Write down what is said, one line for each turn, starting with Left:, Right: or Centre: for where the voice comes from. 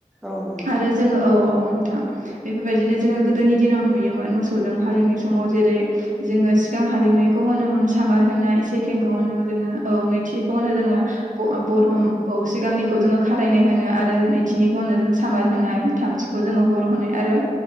Centre: औ नंगौ
Right: आरो जोङो औ औ नोंथां बेफोरबायदिनो जोङो गोदोनि दिनाव नुयोमोन मोसौ जों हालेवनाय समाव जेरै जोङो सिगां हालेवनायखौ होनोमोन सामार होनाय सेकन्द
Centre: औ
Right: खौ होनो जोङो औ नैथिखौ होनो जोङो <unintelligible> औ सिगांनिखौ जोङो खारायनाय होनो आरो नैथिनिखौनो जों सामार होनाय थामथि खौ जोंओ बर' होनाय आरो